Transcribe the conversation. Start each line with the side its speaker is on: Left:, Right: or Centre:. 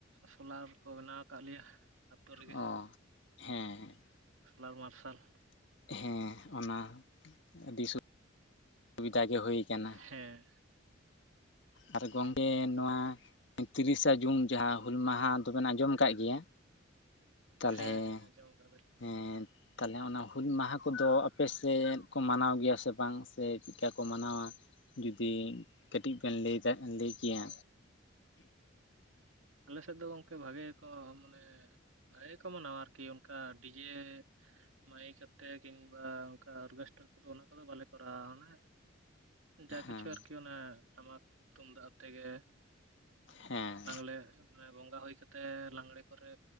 Right: ᱥᱳᱞᱟᱨ ᱠᱚ ᱵᱮᱱᱟᱣ ᱠᱟᱫ ᱞᱮᱭᱟ ᱟᱹᱛᱩᱳ ᱨᱮᱜᱮ,
Left: ᱚ ᱦᱮᱸ
Right: ᱥᱳᱞᱟᱨ ᱢᱟᱨᱥᱟᱞ
Left: ᱦᱮᱸ ᱚᱱᱟ ᱟᱹᱰᱤ ᱥᱩ ᱥᱩᱵᱤᱫᱷᱟ ᱜᱮ ᱦᱩᱭ ᱠᱟᱱᱟ ᱾
Right: ᱦᱮᱸ
Left: ᱟᱨ ᱜᱚᱝᱠᱮ ᱱᱚᱣᱟ ᱛᱤᱨᱤᱥᱟ ᱡᱩᱱ ᱡᱟᱦᱟ ᱦᱩᱞ ᱢᱟᱦᱟ ᱫᱚᱵᱮᱱ ᱟᱡᱚᱢ ᱠᱟᱫ ᱜᱮᱭᱟ, ᱛᱟᱞᱦᱮ
Right: ᱦᱮᱸ ᱦᱮᱸ ᱟᱸᱡᱚᱢ ᱟᱠᱟᱫᱟᱞᱤᱧ
Left: <unintelligible> ᱛᱟᱦᱚᱞᱮ ᱚᱱᱟ ᱦᱩᱞ ᱢᱟᱦᱟ ᱠᱚᱫᱚ ᱟᱯᱮ ᱥᱮᱫ ᱠᱚ ᱢᱟᱱᱟᱣ ᱜᱮᱭᱟ ᱥᱮ ᱵᱟᱝ ᱥᱮ ᱪᱮᱫᱠᱟ ᱠᱚ ᱢᱟᱱᱟᱣᱟ? ᱡᱩᱚᱫᱤ ᱠᱟᱹᱴᱤᱡ ᱵᱮᱱ ᱞᱟᱹᱭ ᱠᱮᱭᱟ?
Right: ᱟᱞᱮ ᱥᱮᱫ ᱫᱚ ᱜᱚᱢᱠᱮ ᱵᱷᱟᱜᱮ ᱜᱮ ᱠᱚ ᱢᱟᱱᱮ ᱵᱷᱟᱜᱮ ᱜᱮᱠᱚ ᱢᱟᱱᱟᱣᱟ ᱟᱨᱠᱤ ᱚᱱᱠᱟ ᱰᱤᱡᱮ ᱢᱟᱹᱭᱤᱠ ᱠᱟᱛᱮ ᱠᱤᱢᱵᱟ ᱚᱱᱠᱟ ᱚᱨᱜᱮᱥᱴᱟᱨ ᱠᱚᱫᱚ ᱚᱱᱟ ᱠᱚᱫᱚ ᱵᱟᱞᱮ ᱠᱚᱨᱟᱣᱟ ᱚᱱᱮ ᱡᱟ
Left: ᱦᱮᱸ
Right: ᱠᱤᱪᱷᱩ ᱟᱨᱠᱤ ᱚᱱᱟ ᱴᱟᱢᱟᱠ ᱛᱩᱢᱫᱟᱜ ᱛᱮᱜᱮ
Left: ᱦᱮᱸ
Right: ᱟᱞᱮ ᱢᱟᱱᱮ ᱵᱚᱸᱜᱟ ᱦᱩᱭ ᱠᱟᱛᱮ ᱞᱟᱜᱽᱬᱮ ᱠᱚᱨᱮ